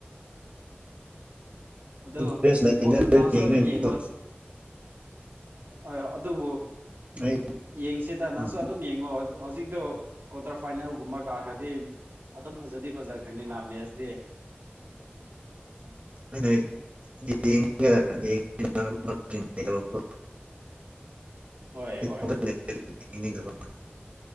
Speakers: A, on the right (about 70°); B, on the right (about 35°).
A: <unintelligible> ꯑꯗꯣ
B: ꯏꯟꯇꯔꯦꯁ ꯂꯩꯅꯀꯣ
A: <unintelligible> ꯑꯗꯨꯝ ꯌꯦꯡꯉꯣꯏ ꯍꯣꯏ ꯑꯗꯨꯕꯨ
B: ꯑꯩ
A: ꯌꯦꯡꯁꯤꯗ ꯅꯪꯁꯨ
B: ꯎꯝ
A: ꯑꯗꯨꯝ ꯌꯦꯡꯉꯣ ꯍꯧꯖꯤꯛꯇꯣ ꯀ꯭ꯋꯥꯇꯔ ꯐꯥꯏꯅꯦꯜꯒꯨꯝꯕ ꯀꯥꯈ꯭ꯔꯗꯤ ꯑꯗꯨꯝ ꯐꯖꯗꯤ ꯐꯖꯈ꯭ꯔꯅꯤꯅ ꯃꯦꯠꯁꯇꯤ <inaudible>
B: <inaudible> <unintelligible>
A: ꯍꯣꯏ ꯍꯣꯏ